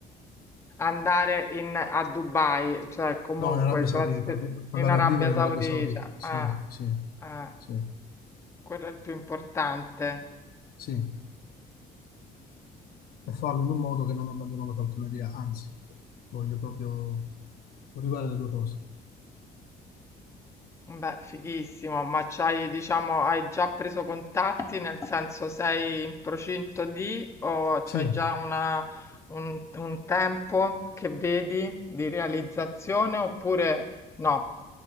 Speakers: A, on the left (about 15°); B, on the left (about 60°).
A: Andare in, a Dubai, cioè comunque
B: No, in Arabia
A: tras-
B: Saudita, vi- andare
A: in Arabia
B: a vivere
A: Saudita,
B: in Arabia Saudita, sì,
A: eh,
B: sì,
A: eh,
B: sì,
A: quello è il più importante.
B: sì, e farlo in un modo che non abbandono la falconeria, anzi, voglio proprio coniugare le due cose.
A: Beh, fighissimo, ma c'hai, diciamo, hai già preso contatti, nel senso sei in procinto di o c'hai
B: Sì,
A: già una, un, un tempo che vedi di realizzazione oppure no?